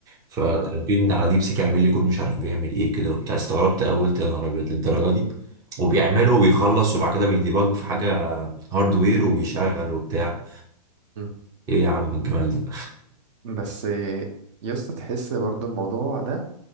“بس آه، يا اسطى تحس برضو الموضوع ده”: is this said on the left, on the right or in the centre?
Right